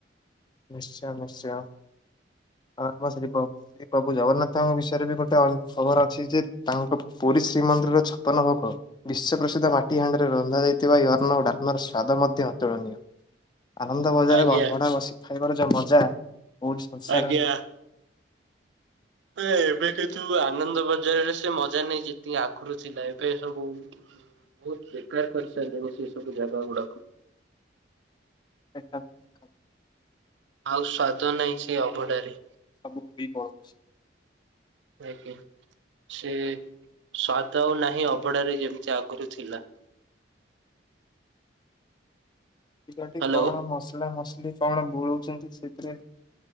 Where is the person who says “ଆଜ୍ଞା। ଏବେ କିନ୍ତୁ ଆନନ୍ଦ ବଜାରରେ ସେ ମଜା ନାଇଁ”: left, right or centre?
Right